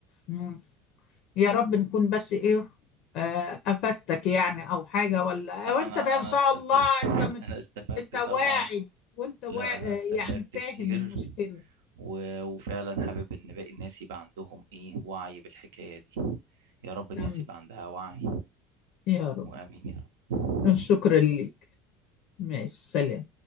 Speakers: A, on the left; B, on the right.
A: مم. يا رب نكون بس ايه آه، افدتك يعني او حاجه ولا
B: لا
A: آه، وانت
B: انا
A: بقى ان
B: انا
A: شاء
B: استفدت
A: الله
B: <laughs>
A: انت مت...
B: انا استفدت
A: انت واعد
B: طبعا
A: وانت وا...
B: لا
A: آه،
B: انا استفدت
A: يعني فاهم
B: كتير
A: المشكله
B: و... وفعلا حابب ان باقي الناس يبقى عندهم ايه وعي بالحكاية دي يا رب الناس
A: تمام.
B: يبقى عندها وعي
A: يا رب
B: وامين يا رب
A: شكرا ليك ماشي سلام